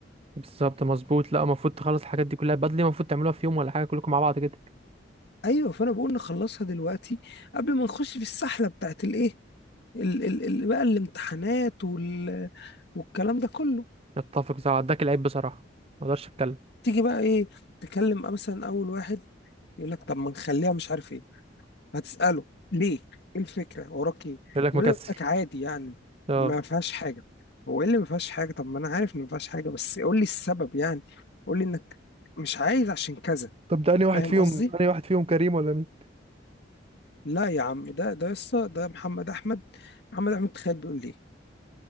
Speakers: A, on the right; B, on the left.
A: بالظبط مظبوط لا المفروض تخلص الحاجات دي كلها بدري المفروض تعملوها في يوم ولا حاجة كلكم مع بعض كده
B: ايوه فانا بقول نخلصها دلوقتي قبل ما نخش في السحله بتاعت الايه ال ال ال بقى الامتحانات وال والكلام ده كله
A: نتفق صح اداك العيب بصراحة ما اقدرش اتكلم
B: تيجي بقى ايه تكلم مثلا اول واحد يقول لك طب ما نخليها مش عارف ايه هتسأله ليه ايه الفكرة وراك ايه
A: يقول لك
B: يقول
A: مكسل
B: لك عادي يعني
A: اه
B: ما فيهاش حاجة هو ايه اللي ما فيهاش حاجة طب ما انا عارف ان ما فيهاش حاجة بس قول لي السبب يعني قول لي انك مش عايز عشان كذا
A: طب ده انهي واحد
B: فاهم
A: فيهم
B: قصدي
A: انهي واحد فيهم كريم ولا مين
B: لا يا عم ده ده يسطا ده محمد احمد محمد احمد تخيل بيقول لي إيه؟